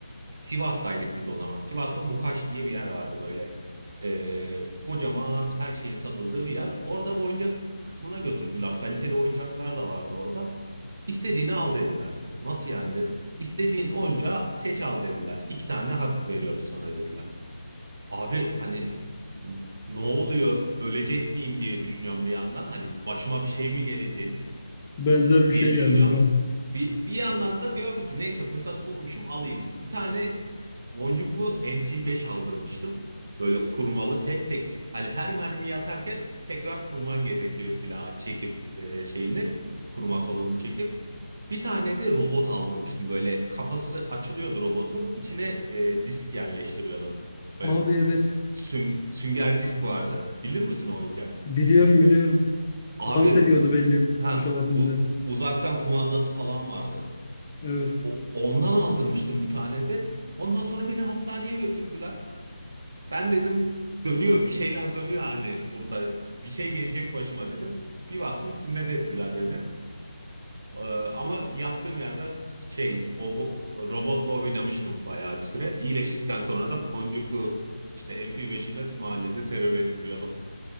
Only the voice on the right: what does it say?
Sivas'taydık biz o zaman. Sivas'ta Mukaş diye bir yer vardı böyle. Ee, kocaman her şeyin satıldığı bir yer. Orada oyuncak kısmına götürdüler. Kaliteli oyuncaklar da vardı orada. İstediğini al dediler. Nasıl yani dedim. İstediğin oyuncağı seç al dediler. İki tane hak veriyoruz sana dediler. Abi hani ne oluyor? Ölecek miyim diye düşünüyorum bir yandan. Hani başıma bir şey mi gelecek?
diye
düşünüyor.
Bir, bir yandan da diyorum ki neyse fırsatı bulmuşum alayım. Bir tane boncuklu MP5 aldırmıştım. Böyle kurmalı tek tek. Hani her mermiyi atarken tekrar kurman gerekiyor silahı çekip e, şeyini. Kurma kolunu çekip. Bir tane de robot aldırmıştım. Böyle kafası açılıyordu robotun. İçine e, disk yerleştiriyordun. Böyle
süng- sünger disk vardı. Bilir misin o oyuncağı?
Abi
ha
u- uzaktan kumandası falan vardı.
O- ondan aldırmıştım bir tane de. Ondan sonra beni hastaneye götürdüler. Ben dedim dönüyor bir şeyler dönüyor hani burada bir şey gelecek başıma dedim. Bir baktım sünnet ettiler beni. Ee, ama yattığım yerden s- şey o bu, robotla oynamıştım bayağı bir süre. İyileştikten sonra da boncuklu işte MP5'imle mahallede terör estiriyordum.